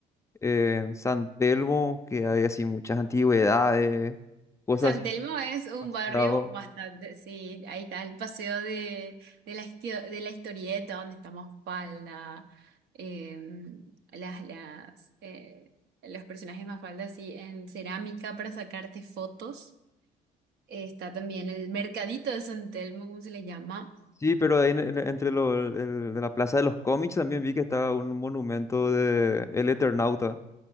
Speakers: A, on the left; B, on the right.
A: eh, San Telmo, que hay así muchas antigüedades, cosas
B: San
A: así
B: Telmo
A: que
B: es un
A: demasiado.
B: barrio bastante, sí, ahí está el paseo de, de la, histio- de la historieta, donde estamos Mafalda, eh, las, las, eh, los personajes Mafalda, sí, en cerámica para sacarte fotos. Está también el mercadito de San Telmo, ¿cómo se le llama?
A: Sí, pero ahí en- en- entre lo, el- el- de la Plaza de los Cómics también vi que estaba un monumento de El Eternauta.